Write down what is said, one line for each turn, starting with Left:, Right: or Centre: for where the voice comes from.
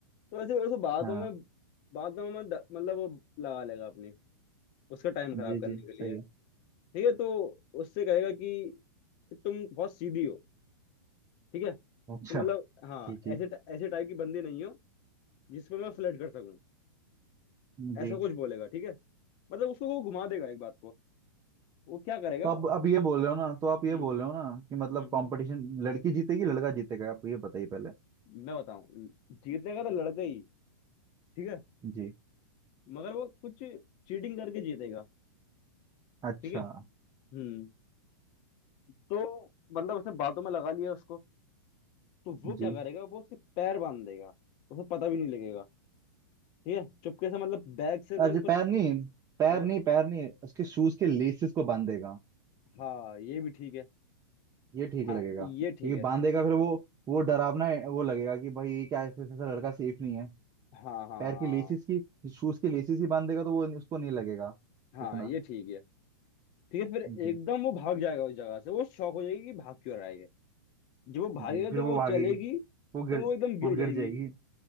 Left: तो ऐसे वैसे बातों
Right: हाँ
Left: में बातों में द- मतलब वो लगा लेगा अपनी उसका टाइम
Right: जी
Left: खराब करने
Right: जी
Left: के
Right: सही
Left: लिए
Right: है
Left: ठीक है तो उससे कहेगा कि, कि तुम बहुत सीधी हो ठीक है तो
Right: अच्छा
Left: मतलब हाँ
Right: जी जी
Left: ऐसे ऐसे टाइप की बंदी नहीं हो जिस पर मैं फ्लर्ट कर सकूं
Right: जी
Left: ऐसा कुछ बोलेगा ठीक है मतलब उसको वो घुमा देगा एक बात को वो क्या करेगा
Right: तो अब अब ये बोल रहे हो ना तो आप ये
Left: हम्म
Right: बोल रहे हो ना कि मतलब
Left: हम्म
Right: कंपटीशन
Left: हम्म।
Right: लड़की जीतेगी लड़का जीतेगा आप ये बताइए पहले
Left: मैं बताऊं जीतने का तो लड़का ही ठीक है
Right: जी
Left: मगर वो कुछ चीटिंग करके जीतेगा
Right: अच्छा
Left: ठीक है हम्म तो मतलब उसने बातों में लगा लिया उसको तो वो क्या
Right: जी
Left: करेगा वो उसके पैर बांध देगा उसे पता भी नहीं लगेगा ठीक है चुपके से मतलब बैग से कुछ
Right: अरे
Left: कुछ-
Right: पैर नहीं पैर
Left: और
Right: नहीं पैर नहीं उसके शूज के लेसेस को बांधेगा
Left: हाँ ये भी ठीक है
Right: ये ठीक
Left: हाँ
Right: लगेगा
Left: ये
Right: क्योंकि
Left: ठीक है
Right: बांधेगा फिर वो वो डरावना है, वो लगेगा कि भाई ये क्या ऐसा ऐसा लड़का सेफ नहीं है
Left: हाँ हाँ हाँ
Right: पैर की लेसिस की शूज की लेसिस ही बांधेगा तो वो उसको नहीं लगेगा
Left: हाँ
Right: इतना
Left: ये ठीक है ठीक है फिर एकदम
Right: जी
Left: वो भाग जाएगा उस जगह से वो शौक हो जाएगी कि भाग क्यों रहा है ये जब वो भागेगा
Right: जी फिर
Left: तो
Right: वो
Left: वो
Right: भागेगी
Left: चलेगी
Right: वो गिर
Left: तो वो एकदम गिर
Right: वो गिर
Left: जाएगी
Right: जाएगी